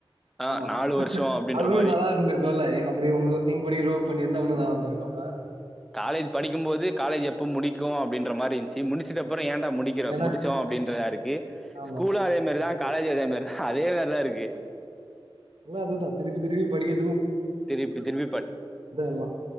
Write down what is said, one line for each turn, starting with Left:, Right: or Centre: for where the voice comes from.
Centre: ஆ
Right: ஆமா
Centre: நாலு வருஷோ அப்டின்ற
Right: அதுவு
Centre: மாரி
Right: நல்லாருந்துருக்குல்ல அப்டி ஒங் நீங்க படிக்கிறப்ப பண்ணிரு ந்தா உன்னு நல்லாருந்துருக்குல்ல
Centre: காலேஜ் படிக்கும்போது காலேஜ் எப்ப முடிக்கு அப்டின் ற மாரி இருன்ச்சி முடுச்சுட்ட ப்பறொ ஏன்டா முடிக்கிற
Right: ஏன்னா
Centre: முடிச்சோ அப்டின்றதா இருக்கு
Right: ஆமா
Centre: ஸ்கூலு அதே மாரிதா காலேஜு அதே மாரி அதே மார்தா இருக்கு
Right: எல்லா அதுதா திருப்பி திருப்பி படிக்க
Centre: திருப்பி திருப்பி ப
Right: எல்லா